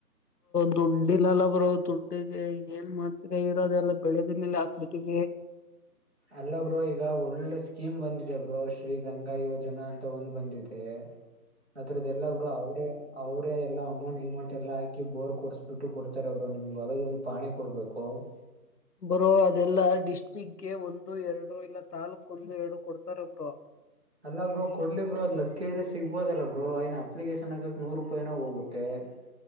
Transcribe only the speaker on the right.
ಅಲ್ಲ ಬ್ರರು ಈಗ ಒಳ್ಳೊಳ್ಳೆ ಸ್ಕೀಮ್ ಬಂದಿದೆ ಬರು ಶ್ರೀ ಗಂಗಾ ಯೋಜನಾ ಅಂತ ಒಂದ್ ಬಂದಿದೆ
ಅದ್ರದ್ದ ಎಲ್ಲಬ್ರು ಅವ್ರೇ ಅವ್ರೇ ಎಲ್ಲ ಅಮೌಂಟ್ ಗಮೌಂಟ್ ಎಲ್ಲ ಹಾಕಿ ಬೋರ್ ಕೊರ್ಸ್ಬಿಟ್ಟು ಕೊಡ್ತಾರೆ ಅವರು ನಿಮ್ಗೆ ಹೊಲದ ಒಂದು ಪಾಣಿ ಕೊಡ್ಬೇಕು ಹ
ಅಲ್ಲ ಬ್ರೋಡ್ಲಿ ಬ್ರರು ಅದ್ ಲಕ್ಕಿದ್ರ ಸಿಗ್ಬೋದಲ್ಲ ಬ್ರೋ ನ ಅಪ್ಲಿಕೇಶನ್ ಹಗಕಕ್ ನೂರು ರೂಪಾಯಿನೋ ಹೋಗುತ್ತೆ ಮತ್ತು